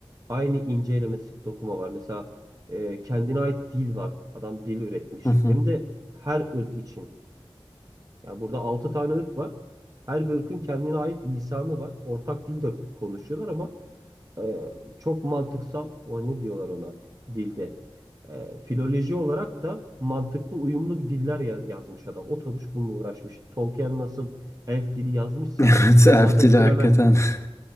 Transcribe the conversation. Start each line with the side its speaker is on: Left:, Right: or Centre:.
Right: Aynı ince eleme sık dokuma var. Mesela e, kendine ait dil var. Adam dil üretmiş.
Left: Hı hı.
Right: Hem de her ırk için. Yani burada 6 tane ırk var. Her bir ırkın kendine ait lisanı var. Ortak dil de konuşuyorlar ama e, çok mantıksal. O ne diyorlar ona dilde. E, filoloji olarak da mantıklı uyumlu bir diller ya- yazmış adam. Oturmuş bununla uğraşmış. Tolkien nasıl elf dili yazmışsa
Left: <laughs> Evet, Elf
Right: bunlar da
Left: dili
Right: Fremen
Left: hakikaten. <laughs>